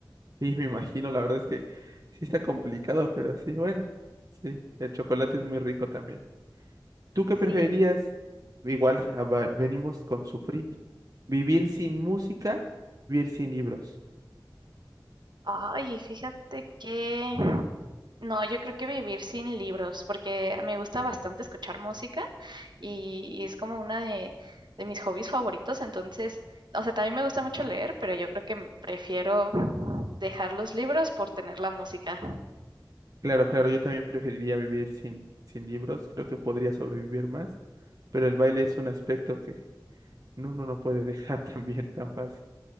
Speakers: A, on the right; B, on the right.
A: Sí, me imagino, la verdad es que sí está complicado, pero sí, bueno, sí, el chocolate es muy rico también. ¿Tú qué
B: Sí.
A: preferirías? Igual ah, va- venimos con sufrir. ¿Vivir sin música? ¿Vivir sin libros?
B: Ay, fíjate que... No, yo creo que vivir sin libros, porque me gusta bastante escuchar música y, y es como una de, de mis hobbies favoritos. Entonces, o sea, también me gusta mucho leer, pero yo creo que m- prefiero dejar los libros por tener la música.
A: Claro, claro, yo también preferiría vivir sin, sin libros, creo que podría sobrevivir más, pero el baile es un aspecto que uno no puede dejar <laughs> también tan fácil.